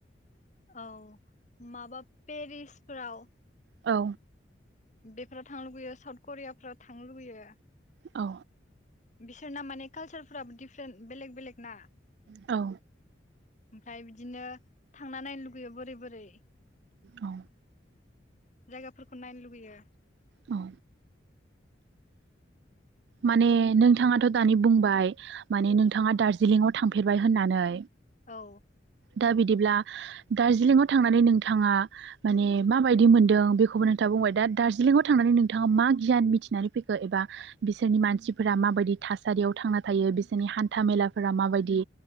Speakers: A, on the left; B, on the right.
A: औ माबा पेरिसफोराव
B: औ
A: बेफोराव थांनो लुबैयो साउथ करियाफोराव थांनो लुबैयो
B: औ
A: बिसोरना माने कालसारफोराबो दिडिफारेन्ट बेलेग बेलेग ना?
B: औ
A: ओमफ्राय बिदिनो थांना नायनो लुगैयो बोरै बोरै
B: औ
A: जायगाफोरखौ नायनो लुबैयो
B: औ माने नोंथाङाथ' दानि बुंबाय माने नोंथाङा दार्जिलिंआव थांफेरबाय होननानै
A: औ।
B: दा बिदिब्ला दार्जिलिंआव थांनानै नोंथाङा माने माबायदि मोनदों बेखौबो नोंथाङा बुंबाय दा दार्जिलिंआव थांनानै नोंथाङा मा गियान मिथिनानै फैखो एबा बिसोरनि मानसिफोरा माबायदि था थासारियाव थांना थायो बिसोरनि हान्था मेलाफोरा माबायदि